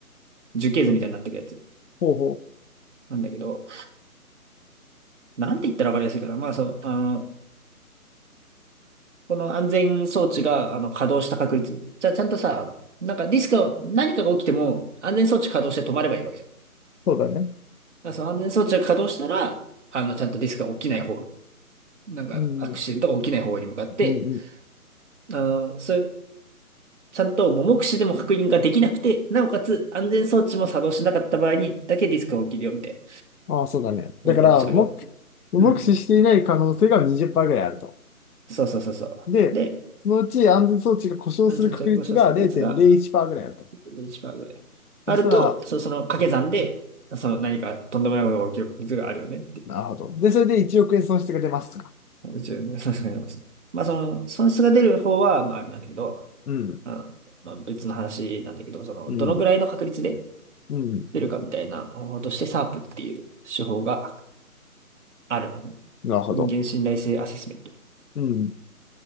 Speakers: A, on the right (about 50°); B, on the left (about 75°).
A: 樹形図みたいになっていくやつ
B: うん。ほうほう。
A: なんだけど、なんて言ったらわかりやすいかな。まあ、そう、あの、この安全装置が、あの、稼働した確率。じゃあ、ちゃんとさ、あのなんかディスクを、何かが起きても、安全装置稼働して止まればいいわけじゃん。だ
B: そうだね。
A: からその安全装置が稼働したら、あの、ちゃんとディスクが起きない方、なんか、
B: うん、
A: アクシデントが起きない方に向かって、
B: うん、うん。
A: あの、そういう、ちゃんと目視でも確認ができなくて、なおかつ安全装置も作動しなかった場合にだけディスクが起きるよ、みたいな。
B: ああ、そうだね。
A: 何か起きちゃうよっていう。
B: だから、目、目視していない可能性が20%
A: うん。
B: ぐらいあると。
A: そうそうそうそう。
B: で、
A: で、
B: そのうち安全装置が故障する確率が0.01%
A: 安全装置が稼働した確率が、
B: ぐらいあると。
A: ベンチマークで。
B: そしたら、
A: あると、そ、その掛け算で、その何かとんでもないことが起きる率があるよねってい
B: なるほど。で、それで1億円損失が出ますとか。
A: う。一応さすがにますね。まあその、損失が出る方は、まああれなんだけど、
B: うん、
A: あの、まあ別の話なんだけど、その、
B: うん、
A: どのぐらいの確率で
B: うん、
A: 出るかみたいな方法として、サープっていう手法があるのね。
B: なるほど。
A: 人間信頼性アセスメント。
B: うん、